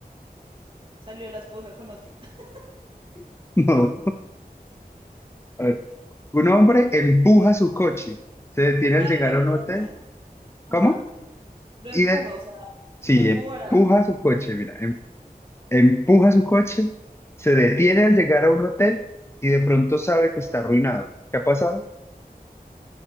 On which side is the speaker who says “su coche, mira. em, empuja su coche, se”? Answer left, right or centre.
Left